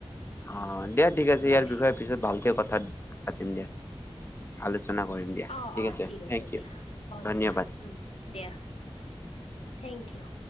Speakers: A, on the left; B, on the left.
A: অ', দিয়া ঠিক আছে,
B: হয়।
A: ইয়াৰ বিষয়ে পিছত ভালকে কথা পাতিম দিয়া। আলোচনা কৰিম দিয়া
B: অ
A: ঠিক
B: অ
A: আছে থেংক
B: দিয়া
A: ইউ
B: অ
A: ধন্যবাদ।
B: দিয়া উম দিয়া থেংক ইউ।